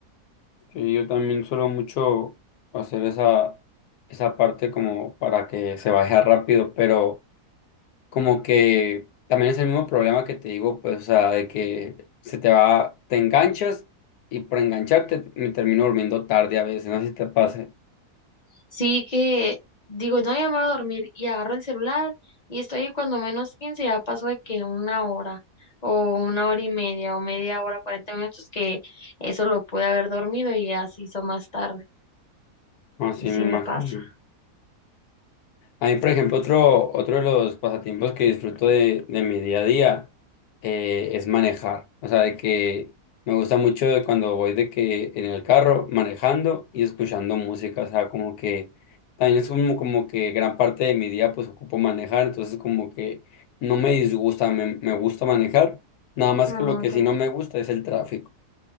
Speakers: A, on the left; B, on the left.
A: Sí, yo también suelo mucho hacer esa, esa parte como para que se vaya <laughs> rápido, pero... como que también es el mismo problema que te digo, pues, o sea, de que se te va, te enganchas y por engancharte me termino durmiendo tarde a veces, no sé si te pase.
B: Sí que digo, no, ya me voy a dormir y agarro el celular y estoy ahí cuando menos 15, ya pasó de que una hora o una hora y media o media hora, 40 minutos, que eso lo pude haber dormido y así se hizo más tarde.
A: Así
B: Y sí
A: me imagino.
B: me pasa.
A: A mí, por ejemplo, otro, otro de los pasatiempos que disfruto de, de mi día a día eh, es manejar. O sea, de que me gusta mucho de cuando voy de que en el carro manejando y escuchando música. O sea, como que también es como, como que gran parte de mi día pues ocupo manejar. Entonces como que no me disgusta, me, me gusta manejar. Nada más
B: No,
A: que lo que
B: ok.
A: sí no me gusta es el tráfico.